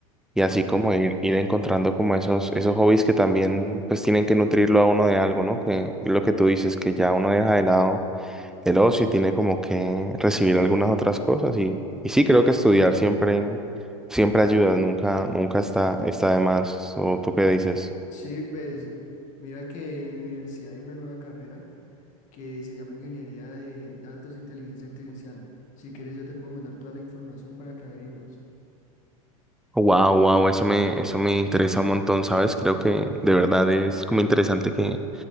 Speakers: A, on the left (about 40°); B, in the centre.
A: claro.
B: así como ir, ir encontrando como esos, esos hobbies que también pues tienen que nutrirlo a uno de algo, ¿no? Que lo que tú dices, que ya uno deja de lado el ocio y tiene como que recibir algunas otras cosas. Y, y sí, creo que estudiar siempre, siempre ayuda, nunca, nunca está, está de más. ¿O tú qué dices?
A: Sí, pues mira que en mi universidad hay una nueva carrera que se llama Ingeniería de Datos e Inteligencia Artificial. Si quieres, yo te puedo mandar toda la información para que averigües.
B: Wow, wow, eso me, eso me interesa un montón, ¿sabes? Creo que de verdad es como interesante que